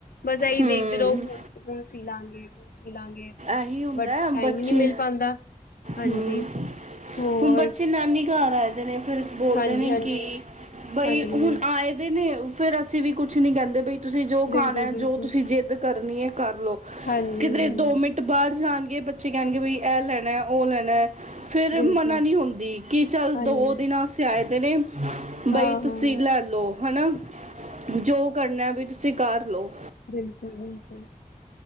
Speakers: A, on the left; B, on the right.
A: ਬਸ, ਇਹੀ
B: ਹੂੰ
A: ਦੇਖਦੇ ਰਹੋ ਹੁਣ ਹੁਣ। ਸੀ ਲਾ ਲਾਂਗੇ। ਸੀ ਲਾਂਗੇ
B: ਇਹੀ ਹੁੰਦਾ।
A: ਬਟ ਟਾਈਮ
B: ਬੱਚੇ
A: ਹੀ ਨਹੀਂ ਮਿਲ ਪਾਉਂਦਾ ਹਾਂਜੀ
B: ਹੂੰ
A: ਹੋਰ
B: ਹੁਣ ਬੱਚੇ ਨਾਨੀ ਘਰ ਆਏਦੇ ਨੇ। ਫਿਰ ਬੋਲਦੇ
A: ਹਾਂਜੀ
B: ਨੇ
A: ਹਾਂਜੀ
B: ਕਿ ਬਈ
A: ਹਾਂਜੀ
B: ਹੁਣ ਆਏ ਦੇ ਨੇ। ਫੇਰ ਅਸੀਂ ਵੀ ਕੁਛ ਨੀ ਕਹਿੰਦੇ ਬਈ। ਤੁਸੀਂ ਜੋ
A: ਬਿਲਕੁਲ
B: ਖਾਣਾ
A: ਬਿਲਕੁਲ
B: ਜੋ ਤੁਸੀਂ ਜਿੱਦ। ਕਰਨੀ ਹੈ। ਕਰਲੋ,
A: ਹਾਂਜੀ-ਹਾਂਜੀ,
B: ਕਿਧਰੇ ਦੋ ਮਿੰਟ ਬਾਰ ਜਾਣਗੇ ਬੱਚੇ ਕੈਣਗੇ ਬਈ ਐ ਲੈਣੈ ਔ ਲੈਣੈ। ਫੇਰ
A: ਬਿਲਕੁਲ
B: ਮਨਾ ਨੀ ਹੁੰਦੀ ਕਿ ਚੱਲ
A: ਹਾਂਜੀ,
B: ਦੋ ਦਿਨਾਂ ਸੇ ਆਏ ਦਿਨੇ ਬਈ
A: ਹਾਂ-ਹਾਂ,
B: ਤੁਸੀਂ ਲੈ ਲੋ ਹਨਾ ਜੋ ਕਰਨਾ ਵਈ ਤੁਸੀਂ ਕਰ ਲੋ।
A: ਬਿਲਕੁਲ ਬਿਲਕੁਲ।